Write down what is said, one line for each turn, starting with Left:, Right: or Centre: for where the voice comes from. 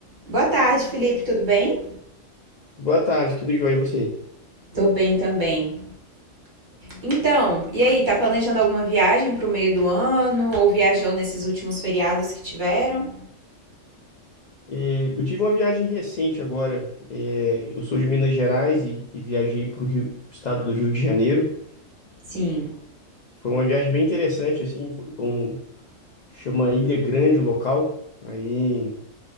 Right: Boa tarde, Felipe, tudo bem?
Left: Boa tarde, tudo jóia e você?
Right: Tô bem também. Então, e aí, tá planejando alguma viagem pro meio do ano ou viajou nesses últimos feriados que tiveram?
Left: É, eu tive uma viagem recente agora. É, eu sou de Minas Gerais e, e viajei para o estado do Rio de Janeiro.
Right: Sim.
Left: Foi uma viagem bem interessante, assim, foi um, chama Ilha Grande o local. Aí